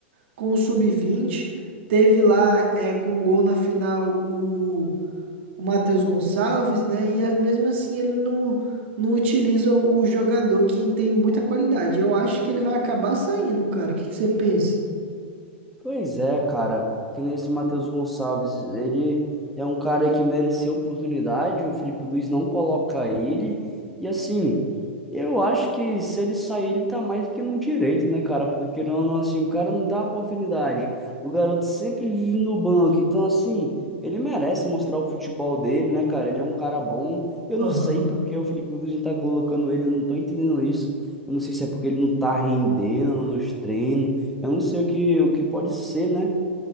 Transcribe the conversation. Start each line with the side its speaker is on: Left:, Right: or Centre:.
Right: com o sub vinte, teve lá é, com um gol na final o, o Matheus Gonçalves, né? E a- mesmo assim ele não, não utiliza o, o jogador que tem muita qualidade. Eu acho que ele vai acabar saindo, cara. O que que você pensa?
Centre: Pois é, cara. Que nem esse Matheus Gonçalves. Ele é um cara que mereceu oportunidade. O Felipe Luiz não coloca ele. E assim, eu acho que se ele sair, ele tá mais do que no direito, né, cara? Porque querendo ou não, assim, o cara não dá oportunidade. O garoto sempre vive no banco. Então, assim, ele merece mostrar o futebol dele, né, cara? Ele é um cara bom. Eu
Right: Aham.
Centre: não sei por que o Felipe Luiz não tá colocando ele. eu Não tô entendendo isso. Eu não sei se é porque ele não tá rendendo nos treinos. Eu não sei o que, o que pode ser, né?